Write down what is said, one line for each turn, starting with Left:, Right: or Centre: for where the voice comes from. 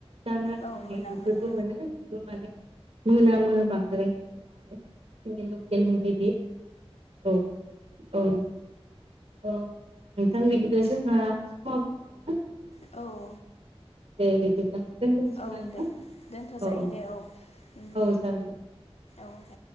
Right: दाना होनाय
Left: औ मोना
Right: बेफोरखौ
Left: मोना
Right: मोनो बेबो माने मोनामो बांद्राय गोथाव नङा आरो जोंनि लकेलनि बादि औ औ औ नोंथां बिदिब्ला जोंहा समाबो जाबायना नोंथां
Left: औ
Right: दे बिदिब्ला दोनथ'नोसै
Left: औ
Right: ना नोंथां
Left: दे दोनथ'
Right: औ
Left: जायो
Right: औ
Left: दे उम
Right: औ जागोन दे।
Left: औ दे